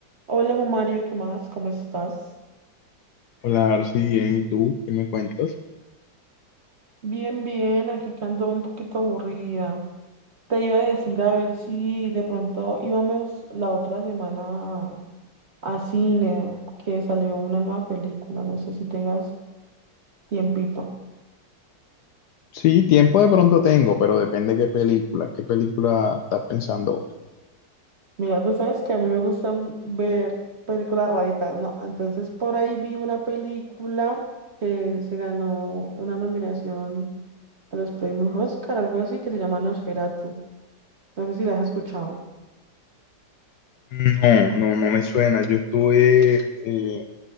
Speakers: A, on the right; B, on the left.
A: Hola, Juan Mario, ¿qué más? ¿Cómo estás?
B: Hola, Arsi, bien, ¿y tú? ¿Qué me cuentas?
A: Bien, bien, aquí que ando un poquito aburrida. Te iba a decir a ver si de pronto íbamos la otra semana a, a cine, que salió una nueva película, no sé si tengas tiempito.
B: Sí, tiempo de pronto tengo, pero depende qué película. ¿Qué película estás pensando?
A: Mira, tú sabes que a mí me gustan ver películas raritas, ¿no? Entonces por ahí vi una película que se ganó una nominación a los premios Oscar, algo así, que se llama Nosferatu. No sé si la has escuchado.
B: No, no, no me suena. Yo estuve eh,